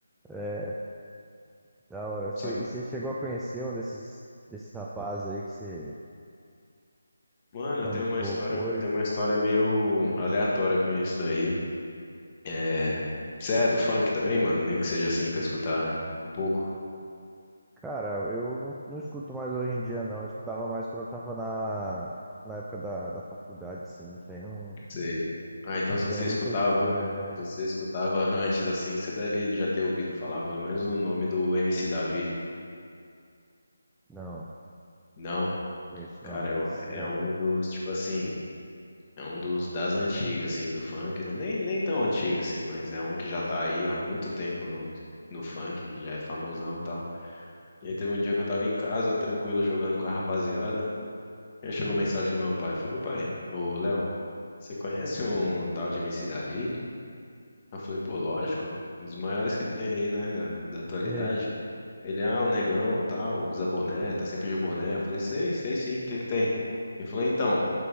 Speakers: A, in the centre; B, on the left.
A: é. Da hora. Você,
B: Só que,
A: e você chegou a conhecer um desses, desses rapazes aí que você
B: mano,
A: estão
B: eu tenho
A: no topo
B: uma história,
A: hoje?
B: eu tenho uma história meio aleatória com isso daí. É, você é do funk também, mano? Nem que seja assim, pra escutar um pouco.
A: Cara, eu não, não escuto mais hoje em dia, não. Eu escutava mais quando eu tava na, na época da, da faculdade, assim. Não tinha, não,
B: Você... Ah, então
A: não
B: se
A: tinha
B: você
A: nem
B: escutava,
A: muita escolha,
B: se
A: né?
B: você escutava antes assim, você deve já ter ouvido falar, pelo menos no nome do MC Davi.
A: Não,
B: Não?
A: conheço
B: Cara,
A: não.
B: é,
A: É
B: um-
A: esse
B: é
A: Davi.
B: um dos, tipo assim, é um dos das antigas, assim, do funk, né? Nem, nem tão antigo, assim, mas é um que já tá aí há muito tempo no, no funk, que já é famosão e tal. E aí teve um dia que eu tava em casa, tranquilo, jogando com a rapaziada. Aí chegou mensagem do meu pai, falou, pai, ô Léo, você conhece um tal de MC Davi? Eu falei, pô, lógico, um dos maiores que tem aí, né, da, da atualidade.
A: E aí?
B: Ele, ah, o negão, tal, usa boné, tá sempre de boné. Eu falei, sei, sei sim, o que que tem? Ele falou, então,